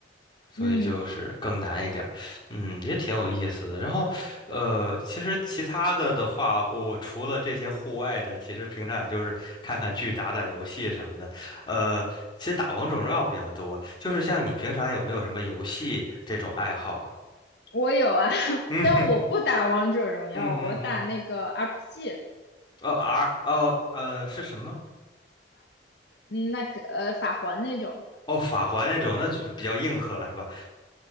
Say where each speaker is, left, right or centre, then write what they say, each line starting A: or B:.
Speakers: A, on the left; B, on the left.
A: 所以就是更难一点儿。
B: 嗯，
A: 嗯，也挺有意思的。然后呃，其实其他的的话，我除了这些户外的，其实平常也就是看看剧、打打游戏什么的。呃，其实打王者荣耀比较多。就是像你平常有没有什么游戏这种爱好啊？
B: 我有啊，<laughs>
A: 嗯
B: 但我不打王者荣耀，
A: 嗯嗯嗯，
B: 我打那个 RPG，RPG，
A: 哦 R 哦呃是什么？
B: 那个呃法环那种。
A: 哦，法环那种，那就比较硬核是吧？